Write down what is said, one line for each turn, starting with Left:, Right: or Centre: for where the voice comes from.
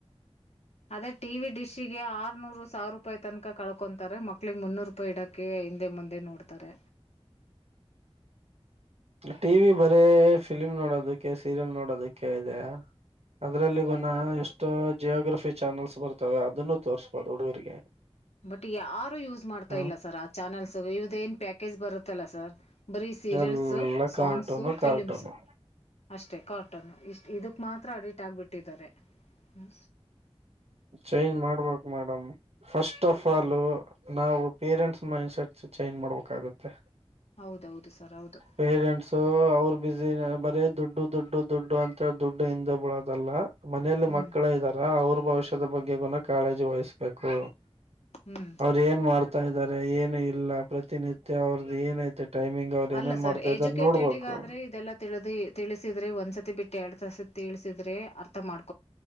Left: ಅದೇ ಟಿ ವಿ ಡಿಶ್ ಈ ಆರ್ ಸಾವಿರ ತನಕ ಕಳ್ಕೊಂತತಾರೆ ಮಕ್ಕಳಿಗೆ ಮುನ್ನೂರು ಇ ಇಡಕ್ಕೆ ಆಯ ಮುಂದೆ ಮುಂದೆ ನೋಡ್ತಾರೆಮ
Right: ಟಿವ ವಿ ಬರೇ ಫಿಲ್ಮ್ ನೋಡೋದಕ್ಕೆ ಸೀರಿಯಲ್ ನೋಡೋದಕ್ಕೆ ಇದೆ ಅದ್ರಲ್ಲಿಗುನ ಎಷ್ಟೋ ಜಿಯೋಗ್ರಫಿ ಚಾನಲ್ಸ್ ಬರ್ತಾವ ಅದನ್ನು ತೋರ್ಸ್ಬೋದು ಹುಡುಗರಿಗೆ
Left: ಬಟ್ ಯಾರು ಯೂಸ್ ಮಾಡ್ತಾ
Right: ಹ್ಮ್
Left: ಇಲ್ಲ ಸರ್ ಆ ಚಾನೆಲ್ಸ್ ಸೊ ಇ್ದ ಏನ್ ಪ್ಯಾಕೇಜ್ ಬರುತ್ತಲ್ಲ ಸರ್ ಬರೀ ಸೀರಿಯಲ್ಸ್
Right: ಎಲ್ಲ
Left: ಸಾಂಗ್ಸು
Right: ಕಾರ್ಟೂನು
Left: ಫಿಲ್ಮ್ಸ್
Right: ಕಾರ್ಟೂನು
Left: ಅಷ್ಟೆ ಕಾಟನ್ನು ಇಷ್ಟು ಇದಕ್ಕೆ ಮಾತ್ರ ಅಡಿಟ್ ಆಗಬಿಟ್ಟಿದ್ದಾರೆ ಹ್ಞ
Right: ಚೇಂಜ್ ಮಾಡ್ಬೇಕ್ ಮೇಡಮ್ ಫಸ್ಟ್ ಆಫ್ ಫಾಲ್ ನಾವು ಪೇರೆಂಟ್ಸ್ ಮೈಂಡ್ ಸೆಟ್ ಚೈಂಜ್ ಮಾಡ್ಬೇಕಾಗುತ್ತೆ
Left: ಹೌದೌದು ಸರ್ ಹೌದು
Right: ಪೇರೆಂಟ್ಸ ಅವರು ಬಿಜಿ ಬರೀ ದುಡ್ಡು ದುಡ್ಡು ದುಡ್ಡು ಅಂತ ದುಡ್ಡೆ ಇಂದ ಬಿಳೋದಲ್ಲ ಮನೇಲಿ
Left: ಹ್ಮ್
Right: ಮಕ್ಕಳ ಇದ್ದಾರ ಅವ್ರು ಬಹಶ ಬಗ್ಗೆ ಕಾಳಜಿ ವಹಿಸ್ಬೇಕು
Left: ಹ್ಮ್
Right: ಅವ್ರ ಏನ್ ಮಾಡ್ತಾ ಇದಾರೆ ಏನು ಇಲ್ಲ ಪ್ರತಿನಿತ್ಯ ಅವ್ರದ್ದ ಏನೈತೆ ಟೈಮಿಂಗ್ ಅವ್ರು
Left: ಅಲ್ಲ
Right: ಏನೇನ್
Left: ಸರ್
Right: ಮಾಡ್ತಾ
Left: ಎಜುಕೇಟೆಡ್ಗ
Right: ಇದಾರೆ ನೋಡ್ಬೇಕು
Left: ಆದ್ರೆ ಇದೆಲ್ಲಾ ತಿಳಿದಿ ತಿಳಿಸಿದ್ರೆ ಒಂದ್ಸತಿ ಬಿಟ್ಟ ಎಡಸತಿ ತಿಳಿಸಿದ್ರೆ ಅರ್ಥ ಮಾಡ್